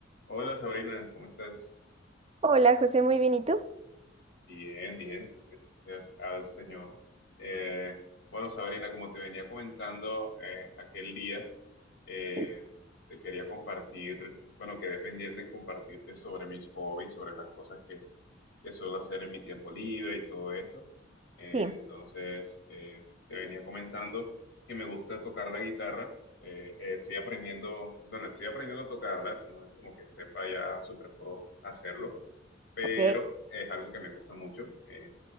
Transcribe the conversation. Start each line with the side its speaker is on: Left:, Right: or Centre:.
Left: Hola Sabrina, ¿cómo estás?
Right: Hola José, muy bien, ¿y tú?
Left: Bien, bien, gracias al Señor. Eh, bueno, Sabrina, como te venía comentando eh, aquel día, eh,
Right: Sí,
Left: te quería compartir, bueno, quedé pendiente en compartirte sobre mis hobbies, sobre las cosas que, que suelo hacer en mi tiempo libre y todo esto. Eh,
Right: sí,
Left: entonces, eh, te venía comentando que me gusta tocar la guitarra. Eh, eh, estoy aprendiendo, bueno, estoy aprendiendo a tocarla, no es como que sepa ya súper pro hacerlo pero
Right: ok.
Left: es algo que me gusta mucho. eh,